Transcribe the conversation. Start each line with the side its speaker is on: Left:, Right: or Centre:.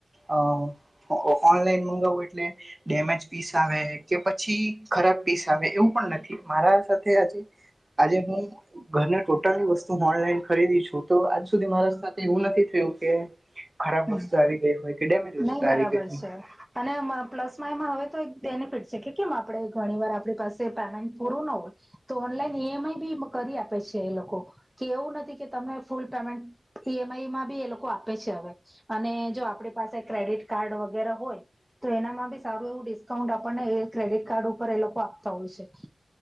Right: અહ ઓનલાઈન મંગાવું એટલે ડેમેજ પીસ આવે કે પછી ખરાબ પીસ આવે એવું પણ નથી મારા સાથે આજે આજે હું ઘરને ટોટલી વસ્તુ ઓનલાઈન ખરીદી છું તો આજ સુધી મારા સાથે એવું નથી થયું કે ખરાબ
Centre: હમ.
Right: વસ્તુ આવી ગઈ હોય. કે ડેમેજ વસ્તુ
Centre: નહી બરાબર
Right: આવી ગઈ હોય.
Centre: છે. અને પ્લસમાં એમાં હવે તો એક બેનિફિટ છે કે કેમ આપણે ઘણી વાર આપણી પાસે પેમેન્ટ પૂરું નો હોય તો ઓનલાઈન ઈ એમ આઈ બી કરી આપે છે એ લોકો કે એવું નથી કે તમે ફૂલ પેમેન્ટ ઈ એમ આઈમાં બી એ લોકો આપે છે અવે. અને જો આપણી પાસે ક્રેડિટ કાર્ડ વગેરે હોય તો એનામાં બી સારું એવું ડિસ્કાઉન્ટ આપણને એ ક્રેડિટ કાર્ડ ઉપર એ લોકો આપતા હોય છે.